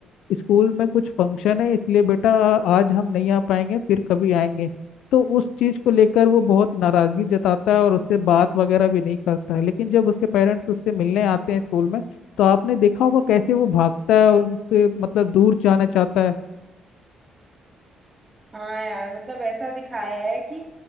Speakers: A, on the left; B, on the right.
A: स्कूल में कुछ फंक्शन है इसलिए बेटा आज हम नहीं आ पाएंगे फिर कभी आएंगे तो उस चीज़ को लेकर वो बहुत नाराज़गी जताता है और उससे बात वगैरह भी नहीं करता है लेकिन जब उसके पेरेंट्स उससे मिलने आते हैं स्कूल में तो आपने देखा होगा कैसे वो भागता है उनसे मतलब दूर जाना चाहता है
B: हाँ यार मतलब ऐसा दिखाया है कि